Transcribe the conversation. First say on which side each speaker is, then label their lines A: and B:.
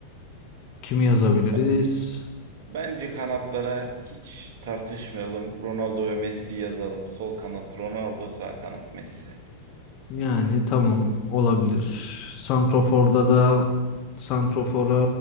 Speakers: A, on the left; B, on the right.
A: Kimi yazabiliriz?
B: Be- Bence kanatlara hiç tartışmayalım. Ronaldo ve Messi yazalım. Sol kanat Ronaldo, sağ kanat Messi.
A: Yani tamam olabilir. Santrofor'da da santrofora